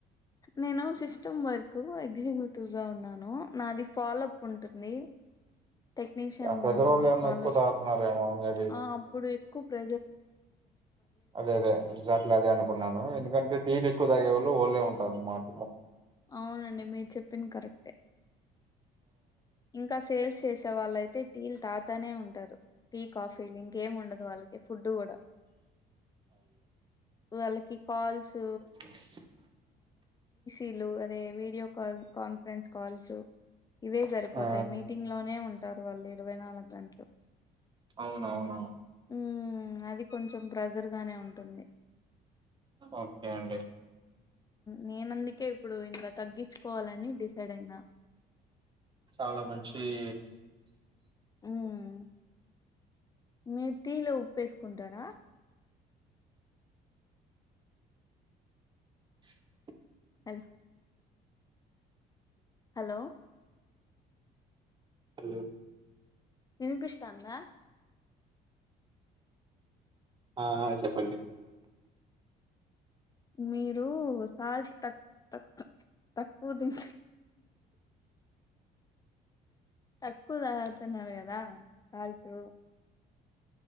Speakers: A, on the left; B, on the right.
A: నేను సిస్టమ్ వర్క్ ఎగ్జిక్యూటివ్ గా ఉన్నాను నాది ఫాలో అప్ ఉంటుంది టెక్నీషియన్
B: ఆ ప్రెజర్ వల్ల ఏమన్నా
A: ఫాలో
B: ఎక్కువ
A: అప్
B: తాగుతున్నారేమో మేబీ
A: ఆ అప్పుడు ప్ర
B: అదే అదే జట్లా అదే అనుకున్నాను ఎందుకంటే టీలు ఎక్కువ తాగేవా వళ్లే ఉంటారు అన్నమాట
A: అవునండి మీరు చెప్పిిన కరెక్టే ఇంకా సేల్స్ చేసే వాళ్ళుయితే టీల్ తాతానే ఉంటారు క కాఫీలు ఇంకేం ఉండదు వాళ్ళకి ఫుడ్ కూడా వాళ్ళకి కాల్స్
B: టిక్
A: ీలు అదే వీడియో కాల్ కాన్ఫరెన్స్ కాల్స్ ఇవే జరి
B: ఆ
A: ంగ్ ఉళ ఇ న గ
B: అవునవును
A: ఉ అది కొంచెం ప్రెజర్గానే ఉంటుంది
B: ఓకే అండి
A: నేన అందుకే ఇప్పుడు ఇంకా తగ్గించు కోవాలని డిసైడ్ అయినా
B: చాలా మంచింది
A: ఉమ్ మీరు తీలో ఉప్పేసుకుంటారా
B: చిక్
A: అలా హలో
B: అ
A: వినిపిస్తాందా
B: ఆ చెప్పండి
A: మీరు సాల్ట్ తక్ తక్కు తక్కువ దం తక్కువ తాగుతున్నారు కదా సాల్ట్